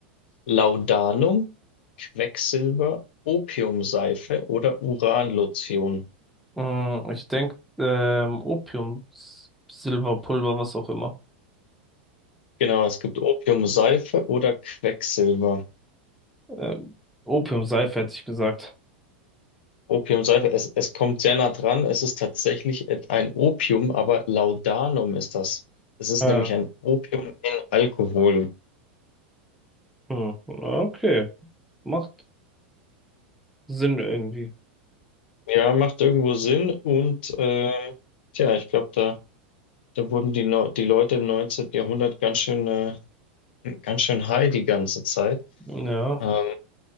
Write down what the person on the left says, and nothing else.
Laudanum, Quecksilber, Opiumseife oder Uranlotion?
Genau, es gibt Opiumseife oder Quecksilber.
Opiumseife, es, es kommt sehr nah dran. Es ist tatsächlich et- ein Opium, aber Laudanum ist das. Es ist
nämlich ein Opium in Alkohol.
Ja, macht irgendwo Sinn und äh, tja, ich glaube, da, da wurden die, Neu- die Leute im 19. Jahrhundert ganz schön, äh, ganz schön high die ganze Zeit.
Ähm,